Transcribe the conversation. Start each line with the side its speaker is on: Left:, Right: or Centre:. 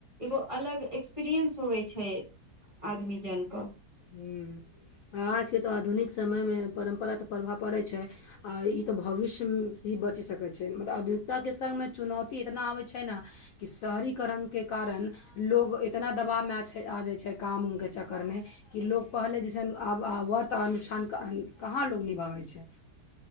Right: एगो अलग एक्सपीरिएंस होय छै आदमी जान कऽ
Left: हूँ हँ आजके तऽ आधुनिक समयमें परम्परा तऽ प्रभाव पड़ै छै आ ई तऽ भविष्य ही बचि सकै छै मतलब अधुनिकताके संगमे चुनौती एतना आबै छै न कि शहरीकरणके कारण लोग इतना दबावमे आ छै आ जाय छै काम उम के चक्कर मे कि लोक पहले जेसन आब आब व्रत अनुष्ठान कहाँ लोक निभाबै छै